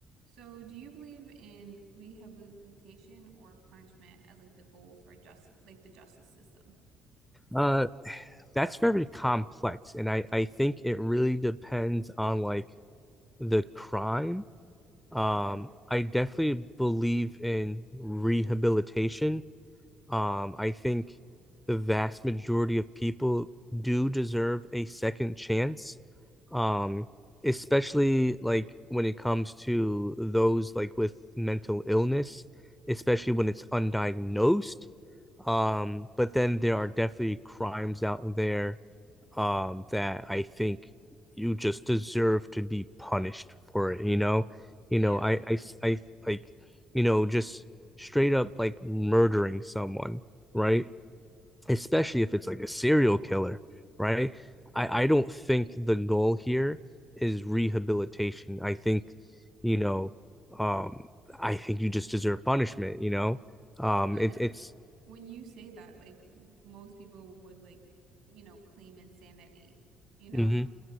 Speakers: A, on the right; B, in the centre.
A: So, do you believe in rehabilitation or punishment as like the goal for justice, like the justice system?
B: Uh, that's very complex, and I I think
A: Mhm.
B: it really depends on like the crime. Um,
A: Okay.
B: I definitely believe in rehabilitation. Um, I think the vast majority of people do deserve a second chance. Um, especially like when it comes to those like with mental illness, especially when it's undiagnosed. Um, but then there are definitely crimes out there um, that I think you just deserve to be punished for it. You know, you
A: Yeah.
B: know, I, I, I like, you know, just straight up like murdering someone, right? Especially if it's like a serial killer, right? I, I don't think the goal here is rehabilitation. I think, you know, um, I think you just deserve punishment. You know, um,
A: But
B: it, it's.
A: when you say that, like most people would like, you know, claim insanity, you know,
B: Mm-hmm.